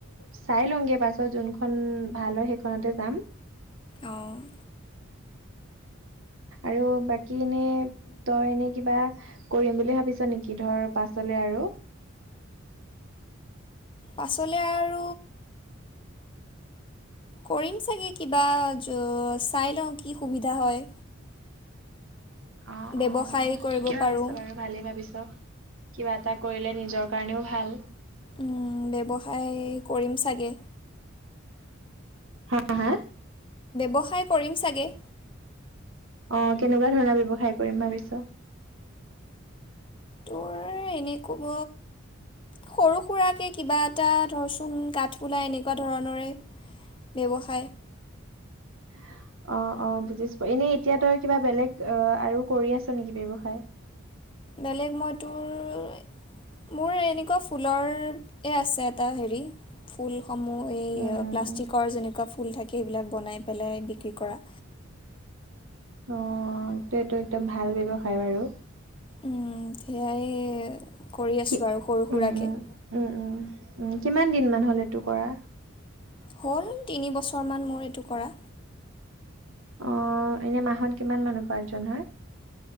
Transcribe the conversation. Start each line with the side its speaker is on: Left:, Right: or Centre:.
Right: চাই লওঁংগে পাছত যোনখন উম ভাল হয় সেইখনতে যাম।
Left: অ'।
Right: আৰু বাকী এনে তই এনে কিবা কৰিম বুলি ভাবিছ নেকি ধৰ পাছলে আৰু
Left: পাছলে আৰু কৰিম চাগে কিবা জ চাই লওঁ কি সুবিধা হয়।
Right: অ
Left: ব্যৱসায়
Right: অ
Left: কৰিব
Right: ঠিকে ভাবিছ
Left: পাৰোঁ
Right: বাৰু ভালেই ভাবিছ হেল্ল, কিবা এটা কৰিলে নিজৰ কাৰণেও ভাল।
Left: উম ব্যৱসায় কৰিম চাগে।
Right: হা হা?
Left: ব্যৱসায় কৰিম চাগে।
Right: অ কেনেকুৱা ধৰণৰ ব্যৱসায় কৰিম ভাবিছ?
Left: তোৰ এ এনেকব। সৰু সুৰাকে কিবা এটা ধৰচোন কাঠফুলা এনেকুৱা ধৰণৰে। ব্যৱসায়।
Right: <unintelligible> অ অ বুজিছো এনে এতিয়া তই কিবা বেলেগ অ আৰু কৰি আছো নেকি ব্যৱসায়?
Left: বেলেগ মই তোৰ মোৰ এনেকুৱা ফুলৰ এ আছে এটা হেৰি ফুল সমূহ এই
Right: উম উম
Left: প্লাষ্টিকৰ
Right: উম
Left: যেনেকুৱা ফুল থাকে সেইবিলাক বনাই পেলাই বিক্ৰী কৰা।
Right: অ এইটো একদম ভাল ব্যৱসায় বাৰু।
Left: উম সেয়াই কৰি
Right: কি
Left: আছোঁ আৰু সৰু সুৰাকে।
Right: উম উম উম উম উম কিমান দিন মান হ'ল ইটো কৰা?
Left: হ'ল তিনিবছৰমান মোৰ এইটো কৰা।
Right: অ এনে মাহত কিমান মান উপাৰ্জন হয়?